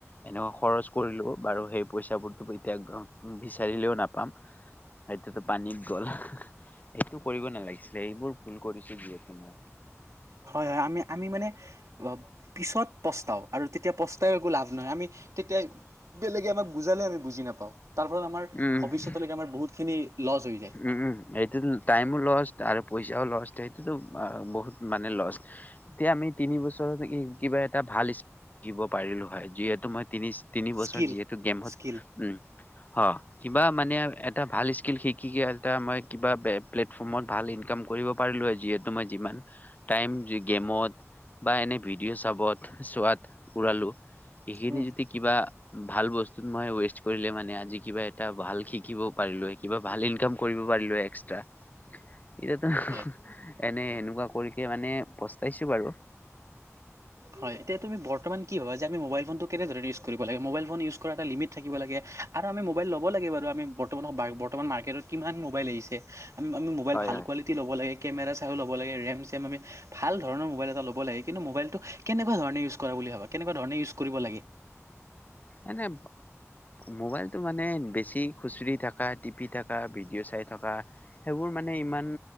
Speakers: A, on the left; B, on the right.
A: এনেকুৱ খৰচ কৰি লো বাৰু সেই পইচাাবোৰ এতিয়া বিচাৰিলেও নাপাম এতিয়ো পানীত গ'ল সটো কৰিব নালাগিছিলে এইবোৰ ভুল কৰিছো যিহেতু মই
B: হয় হয় আমি আমি মানে পিছত পস্তাওঁ আৰু তেতিয়া পস্তাই একো লাভ নহয় আমি তেতিয়া বেলেগে আমাক বুজালে আমি বুজি নাপাওঁ তাৰ ফলত আমাৰ
A: উম
B: ভৱিষ্যতলৈকে আমাৰ বহুতখিনি লছ হৈ যায়
A: উম উম এইটো টাইমো লষ্ট আৰু পইচাও লছ সেইটোতো বহুত মানে লছ এতিয়া আমি তিনি বছৰতে কিবা এটা ভাল শিকিব পাৰিলোঁ হয় যিহেতু মই তিনি তিনি বছৰ
B: স্কিল
A: যিহেতু গেমত
B: স্কিল
A: উম অ কিবা মানে এটা ভাল স্কিল শ কি এটা মই কিবা প্লেটফৰ্মত ভাল ইনকাম কৰিব পাৰিলো আৰু যিহেতু মই যিমান টাইম গেমত বা এনে ভিডিঅ' চাবত চোৱাত উৰালো এইখিনি
B: উম
A: যদি কিবা ভাল বস্তুত মই ৱেষ্ট কৰিলে মানে আজি কিবা এটা ভাল শিকিব পাৰিলো কিবা ভাল ইনকাম কৰিব পাৰিলো এক্সট্ৰা এয়াতো
B: হয়
A: এনে এনেকুৱা কৰিক মানে পস্তাইছো বাৰু
B: হয় এতিয়া তুমি বৰ্তমান কি হয় যে আমি মোবাইল ফোনটো কেনেধৰণ ইউ কৰিব লাগে মোবাইল ফোন ইউজ এটা লমট থাকিব লাগে আমি মোবাইল লব লাগে বাৰু আম বৰ্ত বৰ্তমান মাৰ্কটত কিমান মোবাইল আহি আমি মোবাইল
A: হয়
B: ভাল
A: হয়
B: কোৱি ল'ব লাগে কেমে চাও ল' লে মেম আম ভালৰণৰ মোবল এটা লাগ কিন্ত মোবাইটো কেনেুৱাৰণ ইউজ া কেনো ধৰ ল
A: এনেে মোবাইলতটো মানে বেছি খ খুচৰি থকা টিপি থকা ভিডিঅ' চাই থকা সেইবোৰ মানে ইমান